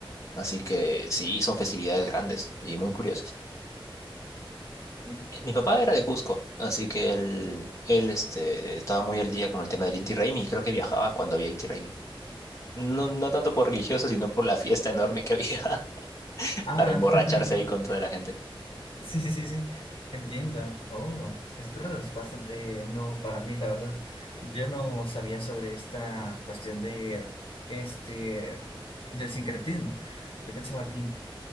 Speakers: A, on the left; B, on the left.
A: Así que sí, son festividades grandes y muy curiosas.
B: Entiendo.
A: Eh, Mi papá era
B: Bueno,
A: de Cusco, así que él, él este, estaba muy al día con el tema del Inti Raymi y creo que viajaba cuando había Inti Raymi. No, no tanto por religioso, sino por la fiesta enorme que había <laughs>
B: ah,
A: para emborracharse
B: <laughs>
A: ahí con toda la gente.
B: Sí, sí, sí, sí. Entiendo. Oh, esto es bastante nuevo para mí, la verdad. Yo no sabía sobre esta cuestión de este del sincretismo. Yo pensaba como